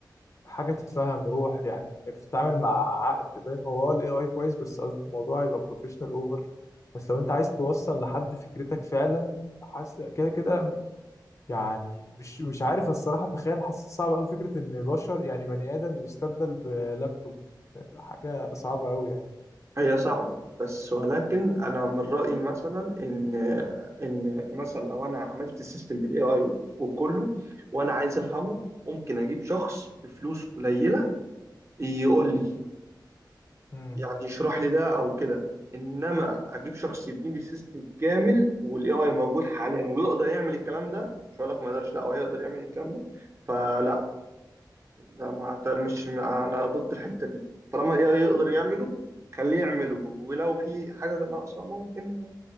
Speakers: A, on the left; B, on the right.
A: حاجه تتفهم روح يعني انك تتعامل مع عقد فاهم هو الاي اي كويس بس قصدي الموضوع يبقى بروفيشنال اوفر بس لو انت عايز توصل لحد فكرتك فعلا حاسس كده كده يعني مش مش عارف الصراحه تخيل حاسس صعب قوي فكره ان بشر يعني بني ادم يستبدل بلابتوب حاجه صعبه قوي يعني
B: هي صعبة بس ولكن انا من رأيي مثلا ان ان مثلا لو انا عملت السيستم بالاي اي وكله وانا عايز افهمه ممكن اجيب شخص بفلوس قليلة يقول لي
A: امم
B: يعني يشرح لي ده او كده انما اجيب شخص يبني لي سيستم كامل والاي اي موجود حاليا ويقدر يعمل الكلام ده مش هقول لك ما يقدرش لا هو يقدر يعمل الكلام ده فلا لا ما أعت- مش انا ضد الحته دي طالما الاي اي يقدر يعمله خليه يعمله ولو في حاجه ناقصه ممكن